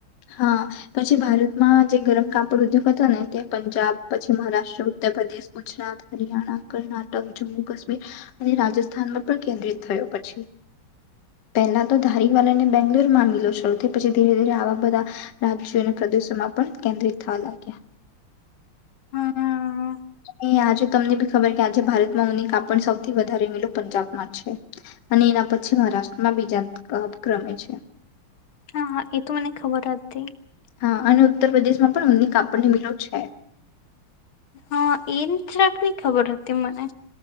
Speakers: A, on the left (about 60°); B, on the left (about 75°).
A: હા પછી ભારતમાં જે ગરમ કાપડ ઉદ્યોગ હતા ને તે પંજાબ પછી, મહારાષ્ટ્ર, ઉત્તર પ્રદેશ, ગુજરાતય હરિયાણા, કર્ણાટક, જમ્મુ કાશ્મીર અને રાજસ્થાનમાં પણ કેન્દ્રિત થયો પછી. પહેલા તો ધારીવાલને બેંગલોર મીલો શરૂ પછી ધીરે ધીરે આવા બધા રાશને પ્રદેશોમાં પણ કેન્દ્રિત થવા લાગ્યા.
B: હા હા
A: એ આજે તમને બી ખબર કે આજે ભારતમાં ની કાપડ સૌથી વધારે મીલો પંજાબમાં છે અને એના પછી મહારાષ્ટ્રમાં બીજા ક્રમે છે.
B: હા હા એ તો મને ખબર જ જ હતી.
A: હા અને ઉત્તર પ્રદેશ માં પણ ઉનની કાપડની મિલો છે.
B: હા એ જરાકની ખબર હતી મને.